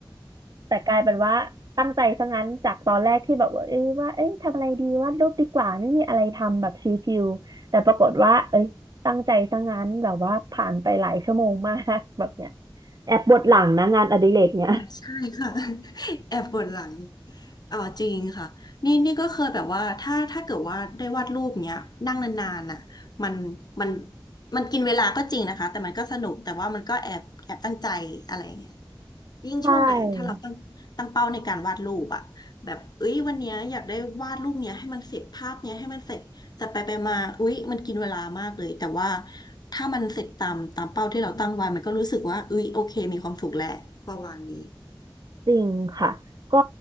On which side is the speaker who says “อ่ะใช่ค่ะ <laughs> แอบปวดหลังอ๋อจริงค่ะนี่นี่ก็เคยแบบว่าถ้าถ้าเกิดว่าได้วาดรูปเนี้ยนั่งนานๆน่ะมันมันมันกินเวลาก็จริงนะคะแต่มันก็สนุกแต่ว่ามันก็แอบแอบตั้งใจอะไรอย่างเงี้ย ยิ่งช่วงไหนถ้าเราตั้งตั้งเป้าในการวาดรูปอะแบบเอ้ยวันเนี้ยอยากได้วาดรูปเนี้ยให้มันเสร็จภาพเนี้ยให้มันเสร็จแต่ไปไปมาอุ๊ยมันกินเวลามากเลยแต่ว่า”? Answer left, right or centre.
Left